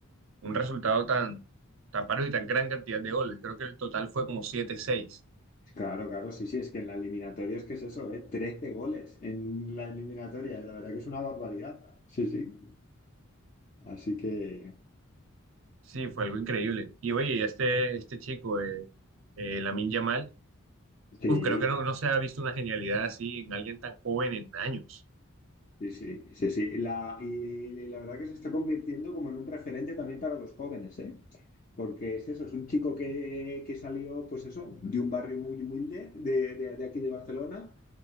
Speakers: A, on the right (about 65°); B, on the left (about 35°).
A: un resultado tan, tan parejo y tan gran cantidad de goles. Creo que el total fue como 7-6.
B: Claro, claro, sí, sí, es que en la eliminatoria es que es eso, ¿eh? trece goles en la eliminatoria, la verdad que es una barbaridad. Sí, sí. Así que,
A: Sí, fue algo increíble. Y oye, y este, este chico, eh, eh, Lamine Yamal,
B: sí,
A: uf, creo que no, no se ha visto una genialidad así en alguien tan joven en años.
B: Sí, sí, sí, sí. La, y, la verdad que se está convirtiendo como en un referente también para los jóvenes, ¿eh? Porque es eso, es un chico que, que salió, pues eso, de un barrio muy humilde de, de- de aquí de Barcelona.